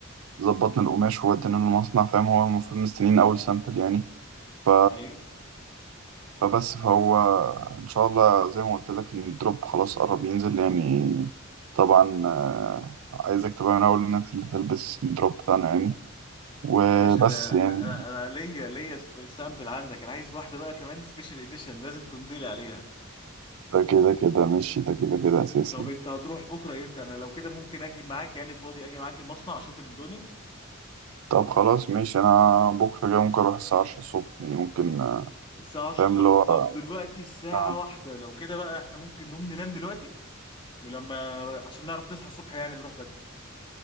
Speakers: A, on the right; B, on the left.
A: ظبطنا القماش وودينا له المصنع فاهم هو المفروض مستنيين اول سامبل يعني ف...
B: ايوه
A: فبس فهو ان شاء الله زي ما قلت لك ان الدروب خلاص قرب ينزل يعني طبعا آه، عايزك تبقى من اول الناس اللي تلبس الدروب بتاعنا يعني وبس
B: يا باشا ده
A: يعني
B: انا انا انا ليا ليا سامبل عندك انا عايز واحده بقى كمان سبيشال اديشن لازم تمضي لي عليها
A: ده كده كده ماشي ده كده كده اساسي
B: طب
A: يعني.
B: انت هتروح بكره امتى انا لو كده ممكن اجي معاك يعني فاضي اجي معاك المصنع اشوف الدنيا
A: طب خلاص ماشي انا بكره جاي ممكن اروح الساعه 10 الصبح يعني ممكن آه،
B: الساعة 10
A: فاهم
B: الصبح
A: اللي هو
B: طب دلوقتي الساعة
A: آه،
B: واحدة لو كده بقى احنا ممكن نقوم ننام دلوقتي ولما عشان نعرف نصحى الصبح يعني نروح بدري